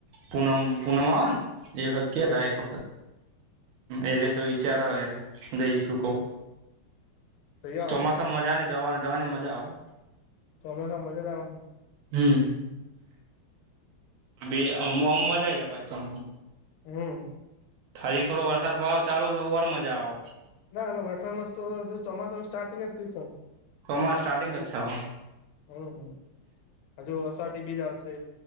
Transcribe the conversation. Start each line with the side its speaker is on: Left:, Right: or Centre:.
Right: પૂનમ પૂનમન જેવ ખાત કે
Left: હમ
Right: રાાય વ ખત એલે ભ વિચાર આવેય એટલે જઈશું કઉ
Left: જઈ આવો
Right: ચોમાસામાં
Left: તમે
Right: મજા ને જવા જવાની મજા આવે
Left: સમસા મજા જવાને
Right: હમ બેમ મજા જ પમ
Left: હમ
Right: થજી થોડો વરસાદ ભાવ ચાલુ તો ઓર મજા આવ
Left: ના આતો વરસાદ મસ્તો ચોમાસું સ્ટાર્ટિંગ જ થયું છન
Right: કમા સ્ટારિંગ જ છ હ.
Left: હમ હજુ અસાઢી બીજ આવશે.